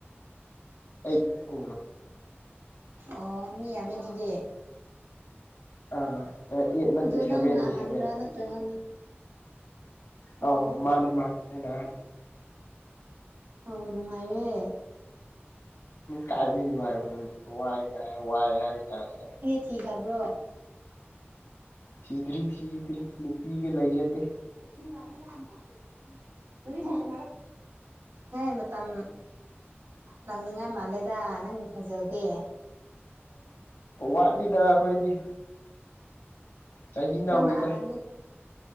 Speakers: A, on the left (about 80°); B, on the right (about 80°).
A: ꯀꯩ ꯎ
B: ꯑꯣ ꯃꯤ ꯌꯥꯝꯃꯦ ꯑꯗꯨꯗꯤ
A: ꯑꯥ ꯑꯩꯠ ꯅꯠꯇꯦ
B: ꯑꯗꯨ
A: ꯁꯚꯦꯟꯅꯦ
B: ꯅꯪꯅ ꯑꯍꯥꯟꯕ꯭ꯔꯥ
A: ꯁꯚꯦꯟ
B: ꯅꯠꯇ꯭ꯔꯒꯅ ꯑꯣ
A: ꯑꯧ ꯃꯥꯅꯦ ꯃꯥꯅꯦ ꯑꯩꯅ ꯑꯍꯟꯅꯦ
B: ꯑꯣ ꯅꯨꯡꯉꯥꯏꯔꯦ
A: ꯀꯥꯏ ꯅꯨꯡꯉꯥꯏ ꯋꯥꯏ ꯀꯥꯏ ꯋꯥꯏ ꯍꯥꯏ ꯀꯥꯏꯁꯤ
B: ꯀꯤ ꯍꯥꯏꯕ꯭ꯔꯣ
A: ꯊꯤꯗ꯭ꯔꯤ ꯊꯤꯗ꯭ꯔꯤ ꯅꯨꯄꯤꯒ ꯂꯩꯖꯗꯦ
B: ꯑꯗꯨꯅ ꯂꯃ <unintelligible> ꯅꯤꯡꯉꯦ ꯃꯝ <unintelligible> ꯂꯪꯅꯤꯡꯉꯥꯏ ꯃꯥꯜꯂꯦꯗ ꯅꯪ ꯈꯣꯟꯖꯦꯜꯗꯤ
A: ꯋꯥꯠꯂꯤꯗ ꯑꯩꯈꯣꯏꯗꯤ ꯆꯍꯤ ꯅꯧꯔꯤꯗ
B: ꯅꯪꯅ ꯑꯍ